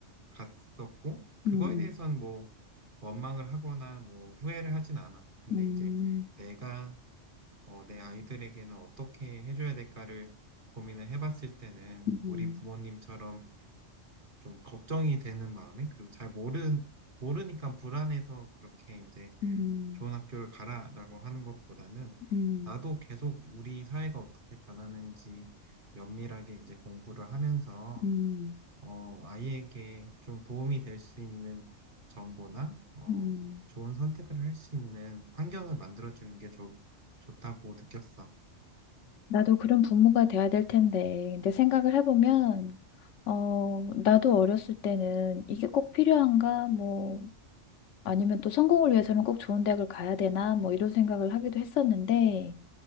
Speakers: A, on the right (about 45°); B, on the left (about 75°).
A: 갔었고, 그거에
B: 음,
A: 대해선 뭐 원망을 하거나 뭐 후회를 하진 않아. 근데
B: 음,
A: 이제 내가 어, 내 아이들에게는 어떻게 해줘야 될까를 고민을 해봤을 때는
B: 음,
A: 우리 부모님처럼 좀 걱정이 되는 마음에 그리고 잘모는 모르니까 불안해서 그렇게 이제
B: 음,
A: 좋은 학교를 가라라고 하는 것보다는
B: 음,
A: 나도 계속 우리 사회가 어떻게 변하는지 면밀하게 이제 공부를 하면서
B: 음,
A: 어 아이에게 좀 도움이 될 수 있는 정보나 어
B: 음.
A: 좋은 선택을 할 수 있는 환경을 만들어 주는 게 좋, 좋다고 느꼈어.
B: 나도 그런 부모가 돼야 될 텐데. 근데 생각을 해보면, 어, 나도 어렸을 때는 이게 꼭 필요한가? 뭐, 아니면 또 성공을 위해서는 꼭 좋은 대학을 가야 되나? 뭐 이런 생각을 하기도 했었는데,